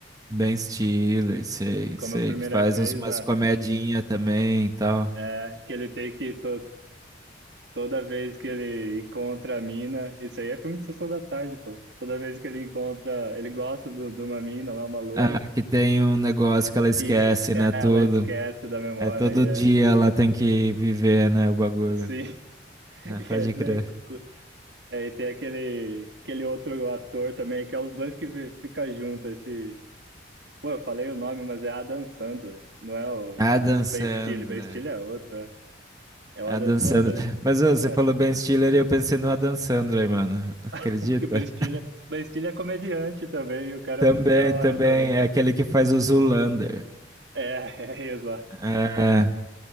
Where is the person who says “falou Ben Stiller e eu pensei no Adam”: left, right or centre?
Right